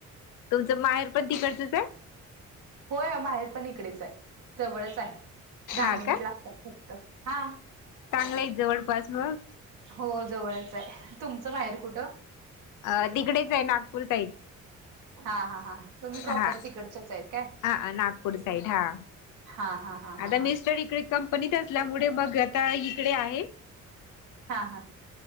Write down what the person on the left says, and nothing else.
तुमचं माहेर पण तिकडचंच आहे
हा
का
चांगलं आहे जवळपास मग
अ तिकडेच आहे नागपूर साईड
हा
हा नागपूर साईड हा
आता
मिस्टर इकडे कंपनीत असल्यामुळे मग आता इकडे आहे